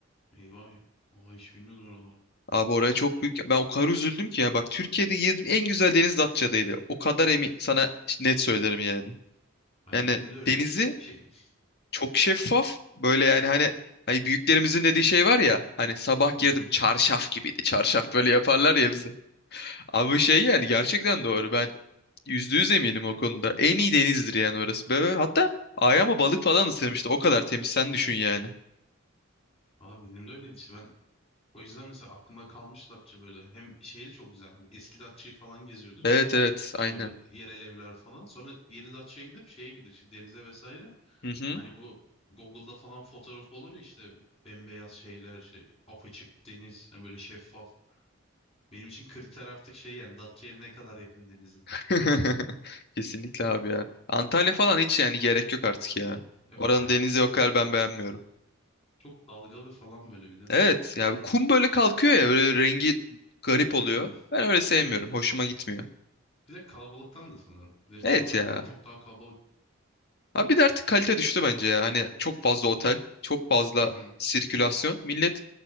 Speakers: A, on the left (about 30°); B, on the left (about 55°).
A: Eyvah. ya. Vallahi hiç bilmiyordum oraları.
B: Abi oraya çok büyük. Ben o kadar üzüldüm ki yani. Bak Türkiye'de girdim en güzel deniz Datça'daydı. O kadar emin sana net söylerim yani.
A: Ben,
B: Yani
A: benim de öyle
B: denizi
A: ya. Şey.
B: çok şeffaf. Böyle yani hani hani büyüklerimizin dediği şey var ya. Hani sabah
A: <laughs> Hı
B: girdim
A: hı.
B: çarşaf gibiydi. Çarşaf böyle yaparlar ya bize. Abi bu şey yani gerçekten doğru. Ben yüzde yüz eminim o konuda. En iyi denizdir yani orası. Böyle, hatta ayağıma balık falan ısırmıştı. O kadar temiz sen düşün yani.
A: Valla benim de öyleydi işte. Ben o yüzden mesela aklımda kalmış Datça böyle. Hem şey de çok güzel. Eski Datça'yı falan geziyorduk.
B: Evet evet
A: İşte
B: aynen.
A: böyle yerel evler falan. Sonra Yeni gidip şeye girdik işte denize vesaire.
B: Hı hı.
A: Hani bu Google'da falan fotoğraf olur ya işte bembeyaz şeyler işte apaçık deniz hani böyle şeffaf. Benim için kriter artık şey yani Datça'ya ne kadar yakın denizi.
B: <laughs> Kesinlikle abi ya. Antalya falan hiç yani gerek yok artık ya.
A: Yok
B: Oranın
A: ya.
B: denizi o kadar ben beğenmiyorum.
A: Çok dalgalı falan böyle bir de.
B: Evet ya kum böyle kalkıyor ya böyle rengi garip
A: Hmm.
B: oluyor. Ben öyle sevmiyorum. Hoşuma gitmiyor.
A: Bir de kalabalıktan da sanırım. Bir de
B: Evet
A: Antalya
B: ya.
A: falan çok daha kalabalık.
B: Abi bir de artık kalite düştü bence ya. Hani çok fazla otel, çok fazla
A: Hı hı.
B: sirkülasyon. Millet